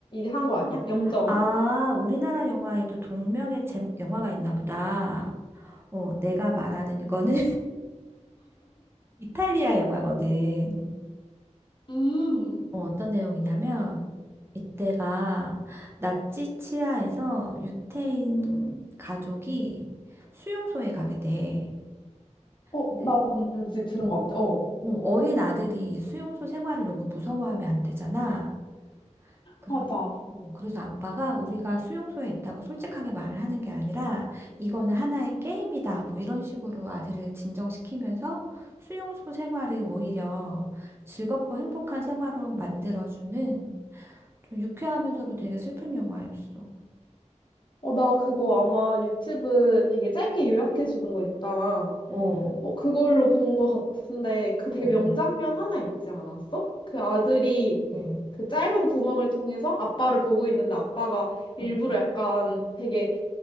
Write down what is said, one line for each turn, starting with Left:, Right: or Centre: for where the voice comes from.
Left: 한 거 아니야? 염정아?
Right: 아, 우리나라 영화에도 동명의 제, 영화가 있나 보다. 어, 내가 말하는 이거는 이탈리아 영화거든.
Left: 음.
Right: 어, 어떤 내용이냐면 이때가 나치 치하에서 유태인 가족이 수용소에 가게 돼.
Left: 어,
Right: 근데
Left: 나 뭔지 들은
Right: 어,
Left: 것 같아. 어,
Right: 뭐 어린 아들이 이 수용소 생활을 너무 무서워하면 안 되잖아. 그래,
Left: 맞아.
Right: 어, 그래서 아빠가 우리가 수용소에 있다고 솔직하게 말을 하는 게 아니라 이거는 하나의 게임이다. 뭐 이런 식으로 아들을 진정시키면서 수용소 생활을 오히려 즐겁고 행복한 생활로 만들어주는 좀 유쾌하면서도 되게 슬픈 영화였어.
Left: 어, 나 그거 아마 유튜브 되게 짧게
Right: 음.
Left: 요약해 주는 거 있잖아.
Right: 어, 어,
Left: 어, 그걸로 본 것 같은데, 그 되게
Right: 어,
Left: 명장면 하나 있지 않았어? 그 아들이
Right: 어,
Left: 그 짧은 구멍을 통해서 아빠를 보고 있는데 아빠가
Right: 어.
Left: 일부러 약간 되게